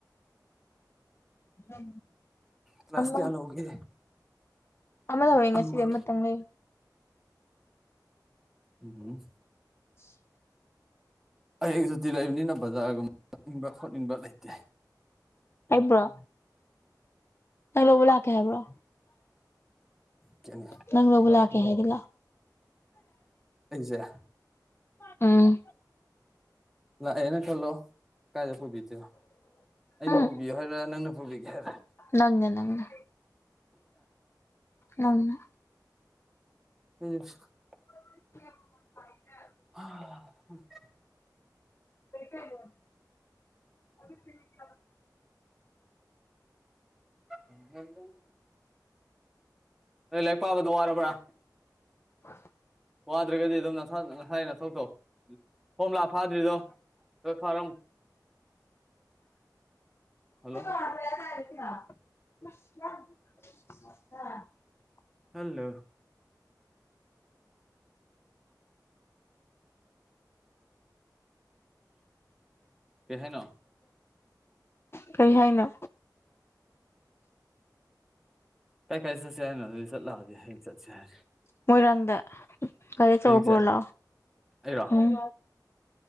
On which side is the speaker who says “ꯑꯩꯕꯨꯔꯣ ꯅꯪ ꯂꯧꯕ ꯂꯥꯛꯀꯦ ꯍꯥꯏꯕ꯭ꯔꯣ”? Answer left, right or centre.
Left